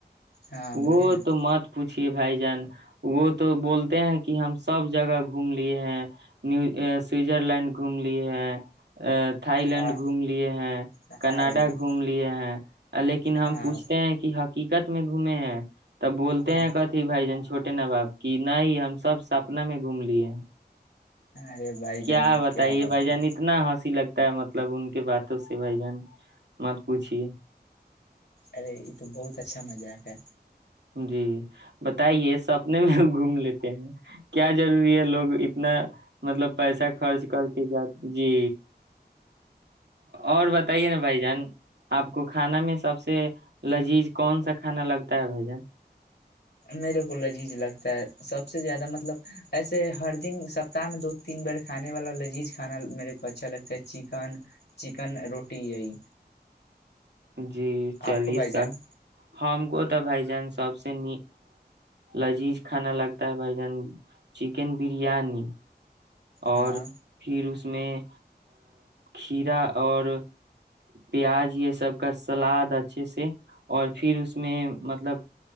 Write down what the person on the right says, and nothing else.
وہ
تو مات پوچھیے بھائی جان وہ تو بولتے ہیں کہ ہم سب جگہ گھوم لیے ہیں نی سویزر لینڈ گھوم لیے ہیں تھائی لینڈ
گھوم لیے ہیں
کناڈا
گھوم لیے ہیں لیکن ہم
پوچھتے ہیں کہ ہاکی <unintelligible> گھومے ہیں تب بولتے
ہیں کتھی بھائی جن چھوٹے ن باب کی نہیں ہم سب سپنا میں گھوم لیے ہیں
کیا
بتائیے
بجن
اتنا ہنسی لگ تا مطلب ان کے باتوں سے بھائی جان مت پوچھیے
جی بتائیے سپنے میں گھوم لیتے ہیں کیا ضروری ہے لوگ اتنا مطلب پیسہ خرچ کر کے جا جی اور بتائیے نا بھ جان آپ کو کھانا میں سب سے لذیذ کون سا کھانا لگتا ہے بھائی جان
جی چالیس
س
ہم کو بھائی جان سب سے ن لذیذ کھانا لگتا ہے بھائی جان چکن بریانی اور
پھر اس اس میں کھیرا اور پیاز یہ سب کا سلاد اچھے سے اور پھر اس میں مطلب